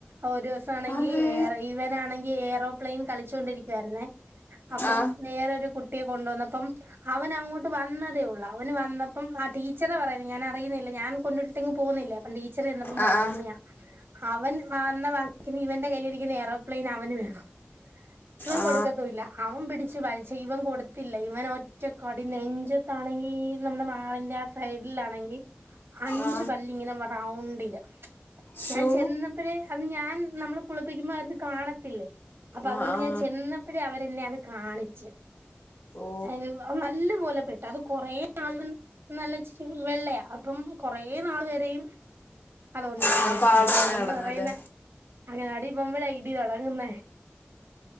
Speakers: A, on the right; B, on the left.
A: ഒരു ദിവസ ആണെങ്കിൽ
B: അമ്മേ
A: ഇവനാണെങ്കിൽ ഏറോപ്ലെയിൻ കളിച്ചൊണ്ടിരിക്കുവരുന്നേ അപ്പം
B: ആ
A: വേറൊരു കുട്ടിയെ കൊണ്ടുവന്ന ഇപ്പം അവൻ അങ്ങോട്ട് വന്നതേ ഉള്ളൂ അവന് വന്നപ്പം ആ ടീച്ചറ് പറയുന്നു ഞാൻ അറിയുന്നില്ല ഞാൻ കൊണ്ടു വിട്ടിങ് പോന്നില്ലേ അപ്പം ടീച്ചറ് ചെന്നാപ്പം
B: ആ
A: പറയുന്നായ
B: ആ
A: അവൻ വാന്ന വാക്കിന് ഇവൻന്റെ കയ്യിൽ ഇരിക്കുന്ന ഏറോപ്ലെയിൻ അവന് വേണം ഇവൻ
B: ആ
A: കൊടുക്കത്തുഇല്ല അവൻ പിടിച്ച് വാലിച്ച ഇവൻ കൊടുത്തില്ല ഇവൻ ഒറ്റ കടി നെഞ്ചത്താണെങ്കി നമ്മുടെ മാറിന്റെ ആ സൈഡിലാണെങ്കി അഞ്ചു
B: ആ
A: പല്ലിങ്ങനെ മ റൗണ്ടില്
B: ഷൂ
A: ഞാൻ ചെന്ന പ്പയെ അത് ഞാൻ നമ്മള് കുളിപ്പിക്കുമ്പോ അത് കാണത്തില്ലേ അപ്പൊ അതുകൊണ്ട്
B: ആ ആ
A: ഞാൻ ചെന്ന പ്പയെ അവരെന്നെ അത് കാണിച്ച്
B: ഓ
A: ഏ നല്ലപോലെ പെട്ടു അത് കൊറേ നാൾവെൻ നല്ലഇച്ചിരി വെള്ളയാ അപ്പം കൊറെേ നാൾ വരെയും അത് ഒണ്ടാരുന്നു
B: ആ പാടം
A: അപ്പൊ അതുകൊണ്ട്
B: നടന്നല്ലേ
A: പറയുന്നെ അങ്ങന ആടി പോപായ ഇടി തുടങ്ങുന്നേ